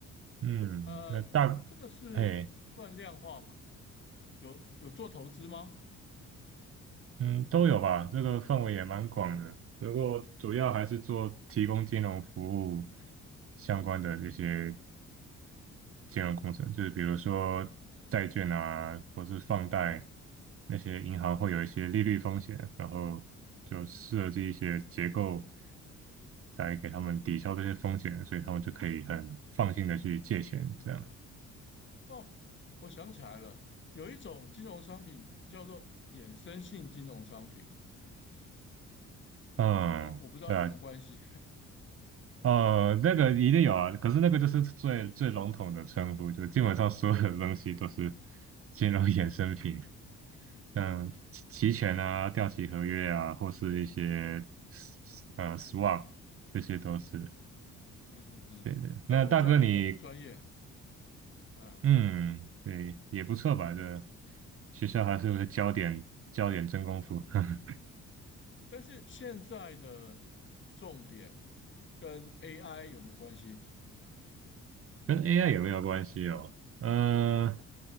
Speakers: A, on the right (about 50°); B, on the left (about 40°).
A: 嗯，
B: 呃，
A: 那大，
B: 这个是算量化吗？
A: 哎，
B: 有有做投资吗？
A: 嗯，都有吧，这个范围也蛮广的，不过主要还是做提供金融服务相关的这些金融工程，就是比如说债券啊，或是放贷，那些银行会有一些利率风险，然后就设计一些结构来给他们抵消这些风险，所以他们就可以很放心的去借钱，这样。
B: 哦，我想起来了，有一种金融商品叫做衍生性金融商品，
A: 嗯，
B: 那我不知道有没有关系。
A: 对啊，呃，那个一定有啊，可是那个就是最最笼统的称呼，就基本上所有的东西都是金融衍生品。嗯，期期权啊、掉期合约啊，或是一些 s- s- 呃 swap，这些都是
B: 嗯嗯嗯，
A: 对的。
B: 当然我知道那个很专业，
A: 那大哥你，
B: 嗯、
A: 嗯，对，也不错吧？这学校还是有个焦点教点真功夫。<laughs>
B: 但是现在的重点跟 AI 有没有关系？
A: 跟 AI 有没有关系哦？嗯，